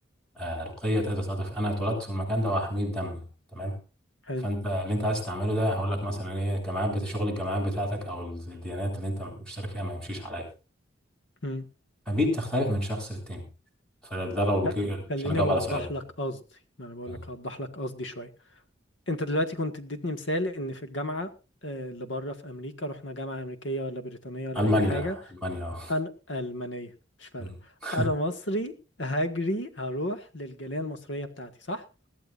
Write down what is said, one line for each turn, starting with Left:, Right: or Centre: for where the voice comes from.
Centre: آه، القيه تقدر تاثر فيا انا اتولدت في المكان ده وهحميه بدمي تمام
Left: حلو
Centre: فانت اللي انت عايز تعمله ده هقول لك مثلا ايه الجامعات بت- شغل الجامعات بتاعتك او الديانات اللي انت مشترك فيها ما يمشيش عليا
Left: امم
Centre: فدي بتختلف من شخص للتاني فده لو بيجي-
Left: لا خليني
Centre: عشان اجاوب
Left: اوضح
Centre: على سؤالك
Left: لك
Centre: يعني
Left: قصدي ما انا بقول
Centre: م.
Left: لك هوضح لك قصدي شويه انت دلوقتي كنت اديتني مثال ان في الجامعه آه، اللي بره في امريكا رحنا جامعه امريكيه ولا بريطانيه ولا
Centre: المانيا
Left: اي حاجه
Centre: المانيا
Left: انا المانيه مش فارق
Centre: م. <laughs>
Left: انا مصري هجري هروح للجاليه المصريه بتاعتي صح